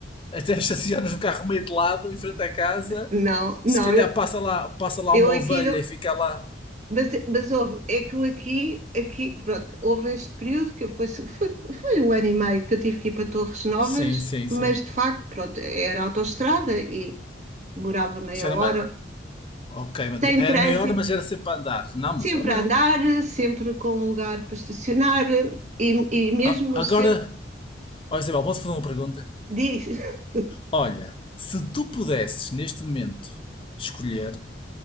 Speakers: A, on the left; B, on the right.
A: até <laughs> estacionas o carro meio de lado, em frente à casa,
B: Não, não,
A: se calhar
B: eu,
A: passa lá, passa lá
B: eu
A: uma
B: aqui
A: ovelha
B: não.
A: e fica lá.
B: Mas, mas houve, é que eu aqui, aqui, pronto, houve este período que eu foi, foi, foi um ano e meio que eu tive que ir para Torres Novas,
A: Sim, sim, sim.
B: mas de facto, pronto, era autoestrada e, demorava meia
A: Isso era
B: hora,
A: mais. Ok, mas
B: sem
A: era
B: trânsito,
A: maior, mas era sempre para andar. Não, mas
B: sempre
A: eu não.
B: a andar, sempre com um lugar para estacionar eh, e, e mesmo
A: A-
B: no
A: Agora,
B: centro
A: Ó Isabel, posso fazer uma pergunta?
B: diz. <laughs>
A: Olha, se tu pudesses neste momento escolher,